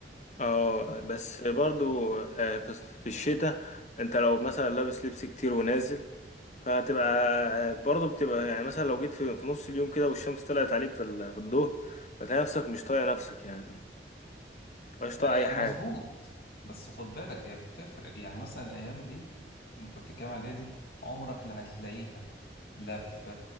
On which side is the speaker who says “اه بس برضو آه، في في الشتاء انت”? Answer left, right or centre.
Left